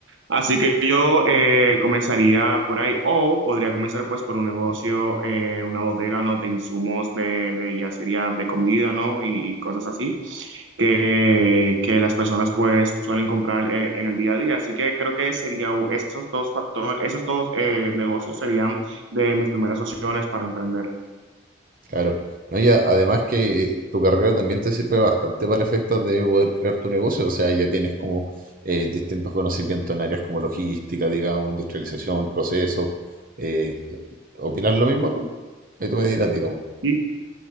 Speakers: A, on the right; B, on the right.
A: Así que yo eh, comenzaría por ahí, o podría comenzar, pues, por un negocio, eh, una bodega, ¿no? De insumos, de, de ya sería de comida, ¿no? Y, cosas así, que, que las personas, pues, suelen comprar eh, en el día a día. Así que creo que sería u- esos dos factores, esos dos eh, negocios serían de mis primeras opciones para emprender.
B: Claro. No, ya, además que tu carrera también te sirve bastante para efectos de poder crear tu negocio. O sea, ya tienes como eh, distintos conocimientos en áreas como logística, digamos, industrialización, procesos. Eh, ¿opinas lo mismo tú? Ahí tú me dirás, digamos.
A: Sí,